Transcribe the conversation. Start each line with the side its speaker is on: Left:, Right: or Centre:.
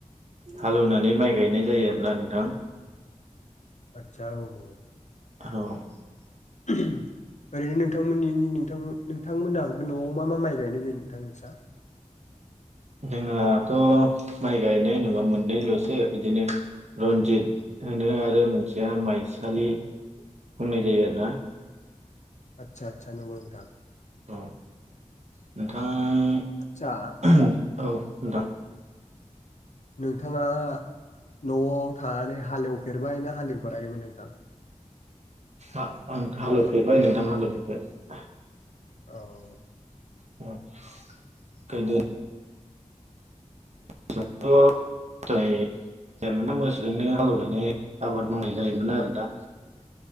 Right: हालौनानै माइ गायनाय जायो आरोना नोंथां।
Left: आतसा औ
Right: औ
Left: <unintelligible> आरैनो थांमोननि नोंथांमो नोंथांमोना न'आव मा मा माइ गायनाय जायो नोंथां नोसा?
Right: जोंहाथ' माइ गायनाय होनोबा मोननैल'सो बिदिनो रन्जित होनो आरो मोनसेया माइसालि बुंनाय जायो आरोना।
Left: आतसा आतसा नोंगौ नोंथां
Right: औ नोंथांङा
Left: आदसा
Right: <unintelligible> औ नोंथां
Left: नोंथाङा न'आव थानानै हालेवफेरबाय ना हालेवफेराखैमोन नोंथां?
Right: आ आं हालेवफेरबाय नोंथां हालेवफेरबाय।
Left: औ
Right: <unintelligible> गोदो थ' जाय जायोमोना मोसौजोंनो हालेनानै आबाद मावनाय जायोमोन आरोना।